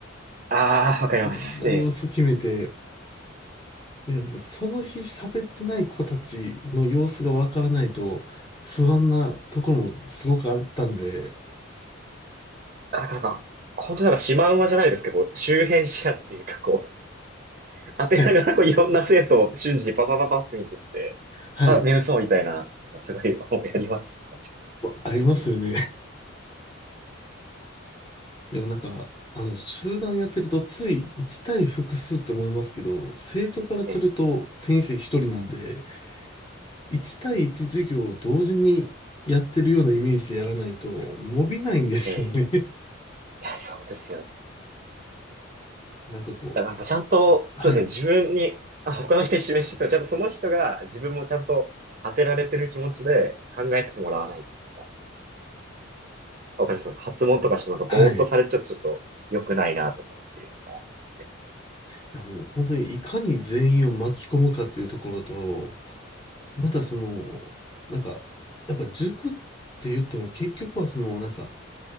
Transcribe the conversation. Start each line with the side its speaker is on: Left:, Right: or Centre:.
Right: ああ、わかります。
Left: いろんな様子決めて、
Right: ええ。
Left: だからなんかその日喋ってない子たちの様子がわからないと不安なところもすごくあったんで、
Right: だからなんか、本当になんかシマウマじゃないですけど、こう周辺視野っていうかこう、<laughs> 当てながらこういろんな生徒を瞬時にパパパパって見てって、
Left: はい、はい、
Right: あ、眠そうみたいな、
Left: わ
Right: すごい <laughs> やります。確か
Left: ありますよね。<laughs> でもなんか、あの、集団やってるとつい1対複数って思いますけど、生徒からすると先生一人なんで、
Right: に。え
Left: 1対1授業を同時にやってるようなイメージでやらないと伸びないんですよね。
Right: え、ええ、ええいや、そうですよね。
Left: なんかこ
Right: だからちゃんと、
Left: う、
Right: そうですね、
Left: はい、
Right: 自分に、あ、他の人に示してても、ちゃんとその人が自分もちゃんと当てられてる気持ちで考えてもらわないと、なんか、わかりますか発問とかしてなんかぼーっとされちゃうとちょっと良くないなとかっていうのが思います。
Left: はい。いやもう本当にいかに全員を巻き込むかっていうところと、またその、なんか、やっぱ塾って言っても結局はその、なんか、